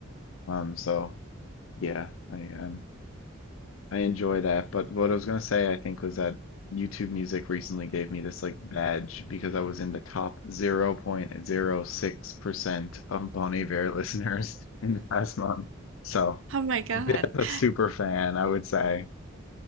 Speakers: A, on the left; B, on the right.
A: Um, so yeah, I um I enjoy that. But what I was gonna say, I think, was that YouTube Music recently gave me this like badge because I was in the top 0.06% of Bon Iver listeners <laughs> in the past month. So
B: oh my God.
A: a bit of
B: <laughs>
A: a super fan, I would say.